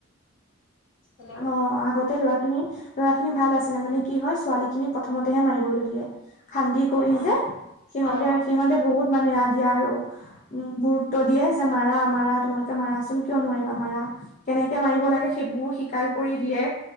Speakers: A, on the left (about 75°); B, on the left (about 35°).
A: অ',
B: অঁ, আগতে ল'ৰা খিনি লৰা খিনি ভাল আছিলে মানে কি হয় ছোৱালী খিনি প্ৰথমতেহে মাৰিব লৈ দিয়ে। খান্দি কৰি
A: অ',
B: যে সিহঁতে,
A: অ',
B: সিহঁতে বহুত মানে এয়া দিয়ে আৰু উম, গুৰুত্ব দিয়ে যে মাৰা, মাৰা তোমালোকে মাৰাচোন কিয় নোৱাৰিবা মাৰা। কেনেকে মাৰিব লাগে, সেইবোৰ শিকাই কৰি দিয়ে